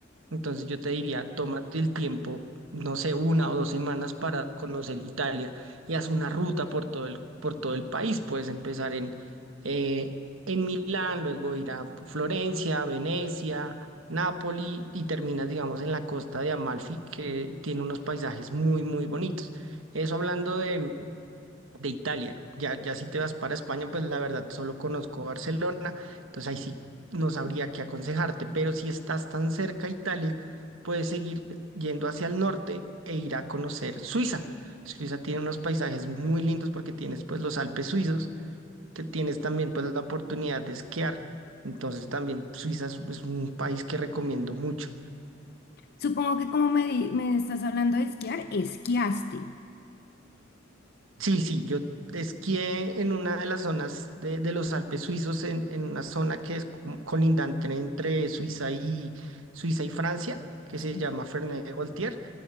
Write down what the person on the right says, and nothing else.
entonces yo te diría, tómate el tiempo, no sé, una o dos semanas para conocer Italia y haz una ruta por todo el, por todo el país. Puedes empezar en, eh, en Milán, luego ir a Florencia, Venecia. Nápoli y terminas, digamos, en la costa de Amalfi, que tiene unos paisajes muy, muy bonitos. Eso hablando de, de Italia. Ya, ya si te vas para España, pues la verdad solo conozco Barcelona, entonces ahí sí no sabría qué aconsejarte, pero si estás tan cerca a Italia, puedes seguir yendo hacia el norte e ir a conocer Suiza. Suiza tiene unos paisajes muy lindos porque tienes pues los Alpes suizos, que tienes también pues la oportunidad de esquiar. Entonces también Suiza es, es un país que recomiendo mucho.
Sí, sí, yo esquié en una de las zonas de, de los Alpes suizos, en, en una zona que es co- colindante entre Suiza y, Suiza y Francia, que
se llama Ferney-Voltiers.